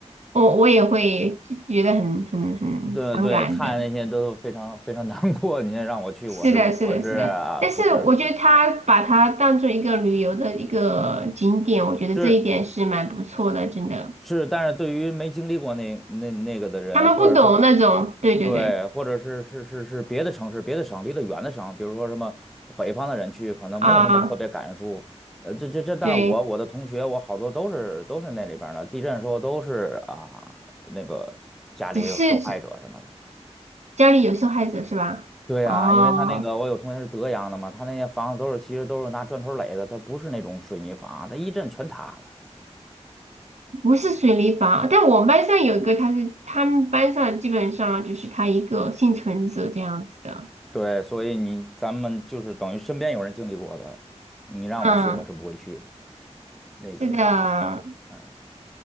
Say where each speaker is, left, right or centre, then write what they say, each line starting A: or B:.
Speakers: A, on the right; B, in the centre.
A: 我我也会就觉得很很很伤感的。
B: 对对，看那些都非常非常难过，你让我去，
A: 是的，
B: 我是不我是啊不是不是特别敢去
A: 是的，是的。但是我觉得他把它当做一个旅游的一个景点，我觉得这一点是蛮不错的，
B: 是
A: 真的。
B: 是，但是对于没经历过那那那个的人，
A: 他们不懂那种，
B: 或者说
A: 对对对，
B: 对，或者是是是是别的城市、别的省、离得远的省，比如说什么北方的人去，可能没有什么特别感触。
A: 啊，
B: 呃，这这这，但是我我的同学，
A: 对，
B: 我好多都是都是那里边儿的，地震的时候都是啊，那个家里有受害者什么的。
A: 只是只家里有受害者是吧？
B: 对呀，
A: 哦。
B: 因为他那个我有同学是德阳的嘛，他那些房子都是其实都是拿砖头垒的，他不是那种水泥房啊，他一震全塌了。
A: 不是水立方，但我们班上有一个，他是他们班上基本上就是他一个幸存者这样子的。
B: 对，所以你咱们就是等于身边有人经历过的，你让我去，
A: 嗯，
B: 我是不会去的。那个，
A: 是的，
B: 嗯。